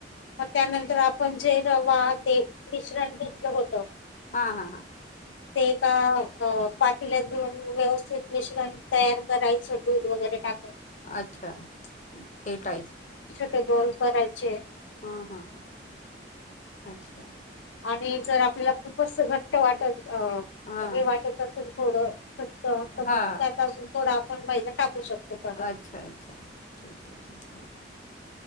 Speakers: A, on the left (about 80°); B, on the left (about 40°).
A: मग त्यानंतर आपण जे रवा ते मिश्रण घेतलं होतं
B: हा हा हां
A: ते का पातील्यात व्यवस्थित मिश्रण तयार करायचं दूध वगैरे टाक
B: अच्छा फेटायच
A: ते गोल करायचे
B: हा हा ह अच्छा
A: आणि जर आपल्याला खूपच घट्ट वाटत
B: हां
A: हे वाटत असेल थोडं फक्त तर
B: हां
A: मग त्यातून थोडा आपण महिना टाकू शकतो परत
B: अच्छा अच्छा ठीक आहे ठीक आहे